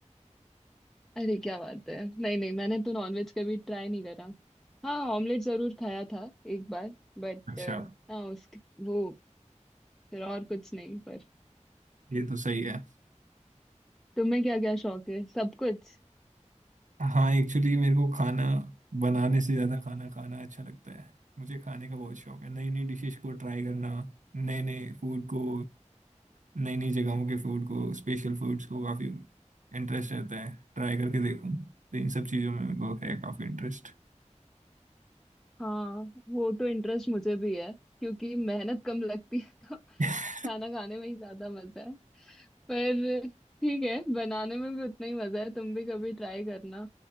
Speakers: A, in the centre; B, on the right (about 80°).
A: अरे क्या बात है नहीं नहीं मैंने तो नॉनवेज कभी ट्राई नहीं करा हाँ ऑमलेट जरूर खाया था एक बार बट
B: अच्छा
A: हाँ उसके वो फिर और कुछ नहीं पर
B: ये तो सही है
A: तुम्हें क्या क्या शौक है सब कुछ
B: हाँ एक्चुअली मेरे को खाना बनाने से ज्यादा खाना खाना अच्छा लगता है मुझे खाने का बहुत शौक है नई नई डिशेस को ट्राई करना नए नए फूड को नई नई जगहों के फूड को स्पेशल फूड्स को काफी इंटरेस्ट रहता है ट्राई करके देखूं तो इन सब चीजों में मेरे को है काफी इंटरेस्ट
A: हाँ वो तो इंटरेस्ट मुझे भी है क्योंकि मेहनत कम लगती है तो <laughs>
B: <laughs>
A: खाना खाने में ही ज्यादा मजा है पर ठीक है बनाने में भी उतना ही मजा है तुम भी कभी ट्राई करना